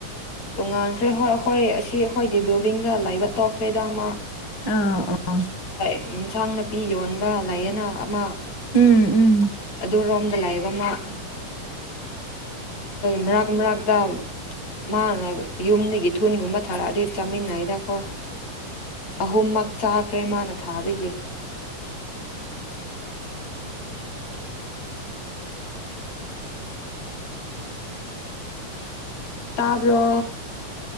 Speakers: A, on the left; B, on the left.
A: ꯇꯣꯉꯥꯟꯈ꯭ꯔꯦ ꯍꯣꯏ ꯍꯣꯏ ꯑꯁꯤ ꯑꯩꯈꯣꯏꯒꯤ ꯕꯤꯜꯗꯤꯡꯗ ꯂꯩꯕ ꯇꯣꯛꯈ꯭ꯔꯦꯗ ꯃꯥꯥ
B: ꯑꯥ ꯑꯥ
A: ꯌꯦꯟꯁꯥꯡ ꯅꯥꯄꯤ ꯌꯣꯟꯕ ꯂꯥꯏꯌꯦꯅ ꯑꯃ
B: ꯎꯝ ꯎꯝ
A: ꯑꯗꯨꯔꯣꯝ ꯂꯩꯕꯃ ꯃꯔꯛ ꯃꯔꯛꯇ ꯃꯥꯅ ꯌꯨꯝꯗꯒꯤ ꯊꯨꯟꯒꯨꯝꯕ ꯊꯥꯔꯛꯑꯗꯤ ꯆꯥꯃꯤꯟꯅꯩꯗ ꯑꯩꯈꯣꯏ ꯑꯍꯨꯝꯃꯛ ꯆꯥꯈ꯭ꯔꯦ ꯃꯥꯅ ꯊꯥꯕꯒꯤ ꯇꯥꯕ꯭ꯔꯣ